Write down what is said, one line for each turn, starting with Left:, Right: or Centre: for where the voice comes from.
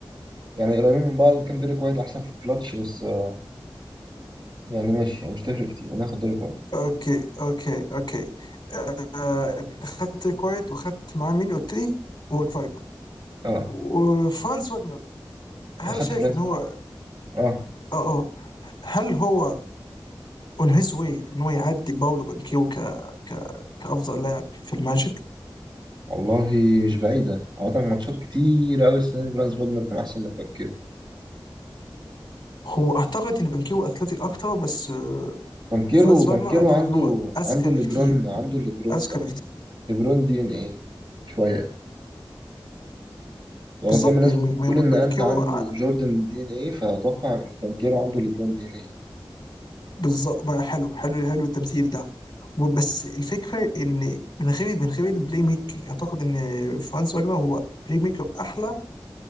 Right: يعني قريبين من بعض كان ديريك وايت احسن في الكلاتش بس آه، يعني ماشي يعني مش تفرق كتير انا هاخد ديريك وايت
Left: اوكي اوكي اوكي آه، انت خدت كوايت وخدت معاه مين قلت لي؟ وفاجنر
Right: اه
Left: وفرانز فاجنر هل
Right: انا خدت
Left: شايف
Right: فرانس
Left: ان
Right: بوجنر
Left: هو اه
Right: اه
Left: اه هل هو اون هيز واي ان هو يعدي باولو بانكيو ك... ك... كافضل لاعب في الماجيك
Right: والله مش بعيدة عامة ماتشات كتير أوي السنة دي فرانس بوجنر كان أحسن من بانكيرو
Left: هو اعتقد ان بانكيو اثليتيك اكتر بس آه،
Right: بانكيرو
Left: فرانز
Right: بانكيرو
Left: فاجنر اعتقد
Right: عنده
Left: ان هو اذكى
Right: عنده ليبرون
Left: بكتير
Right: عنده ليبرون
Left: اذكى بكتير
Right: ليبرون دي إن إيه شوية يعني
Left: بالظبط
Right: زي ما الناس
Left: يعني من- من-
Right: بتقول إن
Left: بانكيو
Right: أنت عنده
Left: ع-
Right: جوردن دي إن إيه فأتوقع إن بانكيرو عنده ليبرون دي إن إيه
Left: بالظبط بقى حلو حلو حلو التمثيل ده وبس الفكره ان من غير من غير البلاي ميكنج اعتقد ان فرانز فاجنر هو بلاي ميكر احلى